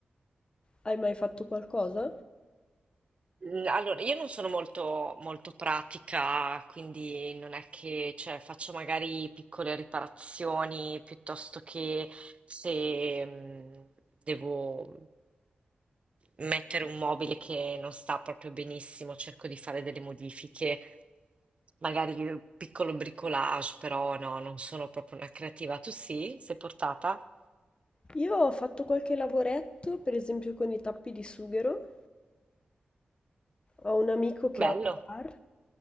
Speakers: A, on the left (about 30°); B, on the right (about 35°).
A: hai mai fatto qualcosa?
B: L- Allora, io non sono molto, molto pratica, quindi non è che cioè, faccio magari piccole riparazioni piuttosto che se mh, devo mettere un mobile che non sta proprio benissimo, cerco di fare delle modifiche, magari un piccolo bricolage, però no, non sono proprio una creativa. Tu sì? Sei portata?
A: Io ho fatto qualche lavoretto, per esempio con i tappi di sughero. Ho un amico che
B: Bello,
A: ha un bar